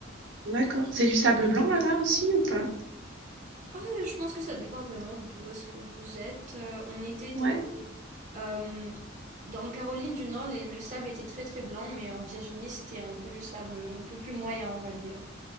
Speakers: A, on the right (about 65°); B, on the right (about 40°).
A: D'accord. C'est du sable blanc là-bas aussi ou pas?
B: Ah, je pense que ça dépend vraiment d'où est-ce que vous êtes. Euh, on était dans
A: Ouais.
B: les, euh, dans Caroline du Nord, les- le sable était très très blanc, mais en Virginie, c'était un peu le sable un peu plus moyen, on va dire.